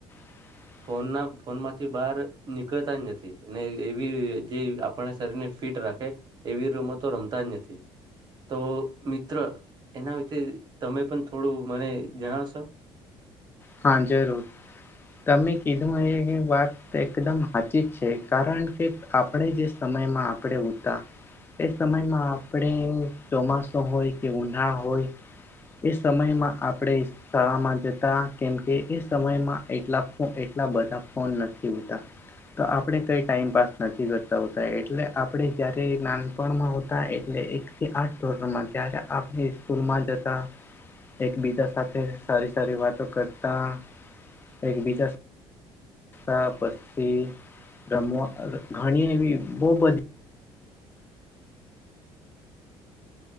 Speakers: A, on the left; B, on the right.
A: <inaudible>
B: ફોનના ફોન માંથી બહાર નીકળતા જ નથી એવી જે આપણે શરીરને ફિટ રાખે એવી રમતો રમતા જ નથી તો મિત્ર એના વિ તે તમે પણ થોડું મને જણાવશો.
A: હા જરૂર, તમે કીધું એવી વાત તો એકદમ હાચી જ છે કારણ કે આપણે જે સમયમાં આપણે ઉતા એ સમયમાં આપણે ચોમાસું હોય કે ઉનાળો હોય. એ સમયમાં આપણે શાળામાં જતાં. કેમકે એ સમયમાં એટલા ફો એટલાં બધાં ફોન નથી ઉતા. તો આપણે કંઈ ટાઈમ પાસ નથી કરતાં હોતાં એટલે આપણે જ્યારે નાનપણમાં હોતાં એટલે એક થી આઠ ધોરણમાં ત્યારે આપણે સ્કૂલમાં જતાં. એકબીજા સાથે સારી સારી વાતો કરતાં એકબીજા તો પસી રમવા ઘણી એવી બો બધી